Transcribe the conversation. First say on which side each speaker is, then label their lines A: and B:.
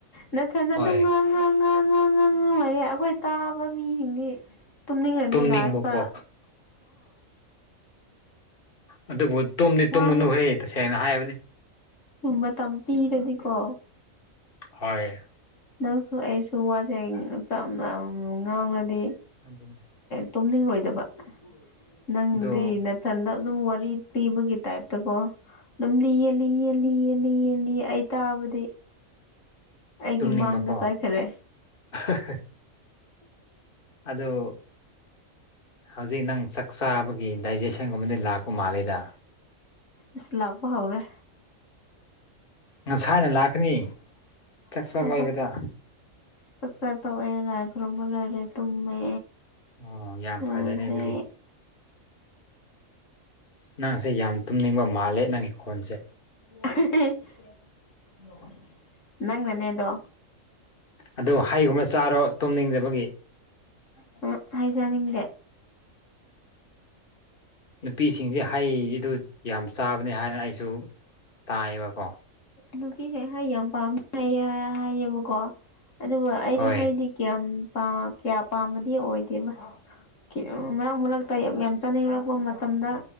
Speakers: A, on the left (about 65°); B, on the left (about 40°).
A: ꯅꯠꯊꯟꯅ
B: ꯍꯣꯏ
A: ꯑꯗꯨꯝ ꯉꯥꯡ ꯉꯥꯡ ꯉꯥꯡ ꯉꯥꯡ ꯉꯥꯡ ꯉꯥꯡ ꯂꯩꯌꯦ ꯑꯩꯈꯣꯏ ꯇꯥꯕ ꯃꯤꯁꯤꯡꯗꯤ ꯇꯨꯝꯅꯤꯡꯉꯅꯤ
B: ꯇꯨꯝꯅꯤꯡꯕꯀꯣ
A: ꯂꯥꯁꯇꯥ
B: ꯑꯗꯨꯕꯨ ꯇꯨꯝꯗꯤ ꯇꯨꯝꯒꯅꯨꯍꯦ
A: ꯋꯥ
B: ꯇꯁꯦꯡꯅ ꯍꯥꯏꯕꯅꯤ
A: <unintelligible> ꯃꯇꯝꯄꯤꯔꯗꯤꯀꯣ
B: ꯍꯣꯏ
A: ꯅꯪꯁꯨ ꯑꯩꯁꯨ ꯋꯥꯁꯦ <unintelligible> ꯉꯥꯡꯂꯗꯤ
B: ꯑꯗꯨꯅꯤ
A: ꯇꯨꯝꯅꯤꯡꯔꯣꯏꯗꯕ ꯅꯪꯗꯤ
B: ꯑꯗꯨ
A: ꯅꯥꯊꯟꯗ ꯑꯗꯨꯝ ꯋꯥꯔꯤ ꯄꯤꯕꯒꯤ ꯇꯥꯏꯞꯇꯀꯣ ꯑꯗꯨꯝ ꯂꯤꯌꯦ ꯂꯤꯌꯦ ꯂꯤꯌꯦ ꯂꯤꯌꯦ ꯂꯤꯌꯦ ꯂꯤꯌꯦ ꯑꯩ ꯇꯥꯕꯗꯤ ꯑꯩꯒꯤ
B: ꯇꯨꯝꯅꯤꯡꯕꯀꯣ
A: ꯃꯥꯡꯗ ꯆꯠꯈꯔꯦ
B: ꯍꯍꯥ ꯑꯗꯨ ꯍꯧꯖꯤꯛ ꯅꯪ ꯆꯥꯛ ꯆꯥꯕꯒꯤ ꯗꯥꯏꯖꯦꯁꯟꯒꯨꯝꯕꯗꯤ ꯂꯥꯛꯄ ꯃꯥꯜꯂꯤꯗ
A: ꯏꯁ ꯂꯥꯛꯄ ꯍꯧꯔꯦ
B: ꯉꯁꯥꯏꯅ ꯂꯥꯛꯀꯅꯤ ꯆꯥꯛꯆꯥ
A: ꯆꯥꯛ
B: ꯂꯣꯏꯕꯗ
A: ꯆꯥꯛꯆꯥ ꯇꯣꯛꯑꯦ ꯂꯥꯏ ꯈꯨꯔꯨꯝꯕ ꯂꯣꯢꯔꯦ ꯇꯨꯝꯃꯦ
B: ꯑꯣ ꯌꯥꯝ
A: ꯂꯣꯏꯔꯦ
B: ꯐꯖꯩꯅꯦ ꯑꯗꯨꯗꯤ ꯅꯪꯁꯦ ꯌꯥꯝ ꯇꯨꯝꯅꯤꯡꯕ ꯃꯥꯜꯂꯦ ꯅꯪꯒꯤ ꯈꯣꯟꯁꯦ
A: <unintelligible> ꯅꯪꯅꯅꯦꯗꯣ
B: ꯑꯗꯨ ꯍꯩꯒꯨꯝꯕ ꯆꯥꯔꯣ ꯇꯨꯝꯅꯤꯡꯗꯕꯒꯤ
A: <unintelligible> ꯍꯩ ꯆꯅꯤꯡꯗꯦ
B: ꯅꯨꯄꯤꯁꯤꯡꯖꯦ ꯍꯩꯗꯨ ꯌꯥꯝ ꯆꯥꯕꯅꯦ ꯍꯥꯏ ꯑꯩꯁꯨ ꯇꯥꯏꯌꯦꯕꯀꯣ
A: ꯅꯨꯄꯤꯁꯦ ꯍꯩꯌꯥꯝ ꯄꯥꯝꯃꯦ ꯍꯥꯏ ꯍꯥꯏꯌꯦꯕꯀꯣ ꯑꯗꯨꯕꯨ ꯑꯩꯗꯤ
B: ꯍꯣꯏ
A: ꯍꯩꯗꯤ ꯀꯌꯥꯝꯄ ꯀꯌꯥ ꯄꯥꯝꯕꯗꯤ ꯑꯣꯏꯗꯦꯕ ꯀꯤꯅꯣꯝ ꯃꯔꯛ ꯃꯔꯛꯇ ꯌꯥꯝ ꯌꯥꯝ ꯆꯥꯅꯤꯡꯔꯛꯄ ꯃꯇꯝꯗ